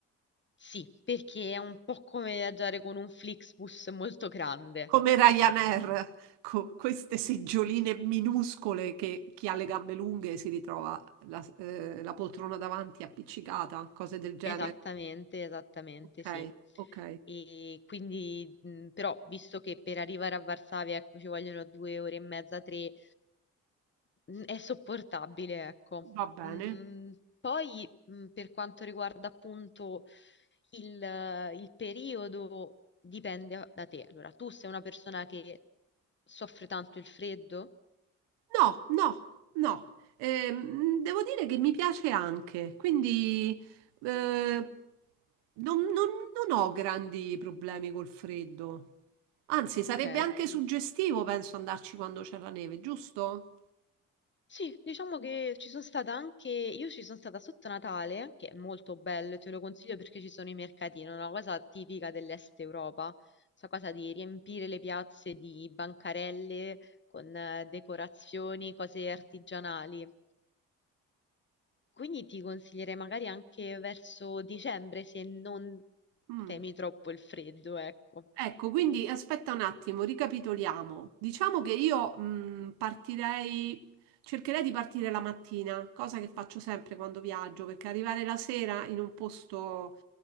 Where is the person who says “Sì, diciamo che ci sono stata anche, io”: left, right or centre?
Left